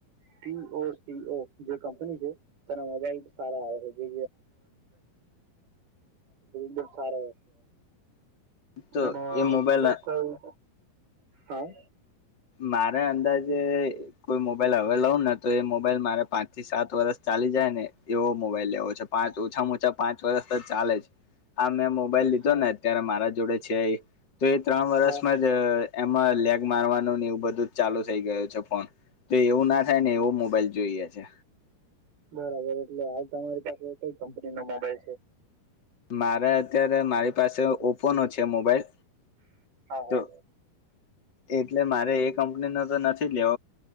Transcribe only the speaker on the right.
ટી ઓ સી ઓ જે કંપની છે, તેના મોબાઈલ સારા આવે છે જેમ સાર
અને
બીજા કોઈ? હા
હા
હા
બરાબર એટલે હાલ તમારી પાસે કઈ કંપનીનો મોબાઈલ છે?
હા હા